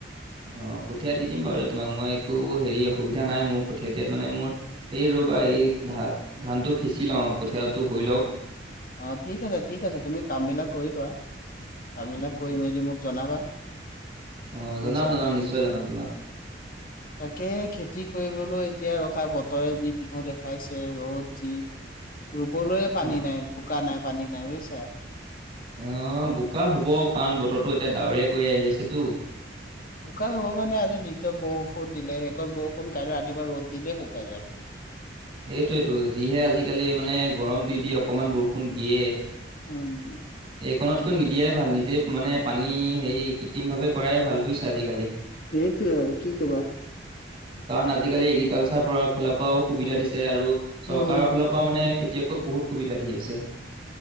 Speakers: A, on the right; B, on the left.
A: অ', কঠীয়া দি দিম বাৰু দে তোমাক মই একো হেৰি অসুবিধা নাই মোৰ কঠীয়া দিয়াত মানে মোৰ এই ৰ'বা এই ধা ধানটো সিঁচি লওঁ কঠীয়াটো হৈ লওক।
B: অ', ঠিক আছে ঠিক আছে তুমি কামবিলাক কৰি লোৱা কামবিলাক
A: উম,
B: কৰি মেলি মোক জনাবা।
A: অ',
B: বুজিছা।
A: জনাম জনাম নিশ্চয় জনাম তোমাক।
B: তাকে খেতি কৰিবলৈ এতিয়া ৰখা বতৰে যি বিহু দেখাইছে ৰ'দ যি। ৰুবলৈয়ে পানী
A: অ'।
B: নাই বোকা নাই পানী নাই বুইছা
A: অ বোকা হব কাৰণ বতৰটো এতিয়া ডাৱৰীয়া কৰি আহি আছেতো
B: বোকা হব মানে আজি যি কন বৰষুণ দিলে সেইকন বৰষুণ কাইলৈ ৰাতিপুৱা ৰ'দ দিলে শুকাই যাব
A: এইটোৱেতো যিহে আজিকালি মানে গৰম দি দি অকমান বৰষুণ দিয়ে
B: উম
A: এইকণতকৈ নিদিয়াই ভাল নিজে মানে পানী হেৰি কৃত্ৰিম ভাৱে কৰাই ভাল বুইছে আজিকালি
B: সেইটোৱে আৰু কি কবা
A: কাৰণ আজিকালি এগ্ৰিকালচাৰ পৰা ফালৰ পৰাও সুবিধা দিছে আৰু চৰকাৰৰ
B: উম।
A: ফালৰ পৰা মানে খেতিয়কক বহুত সুবিধা দি আছে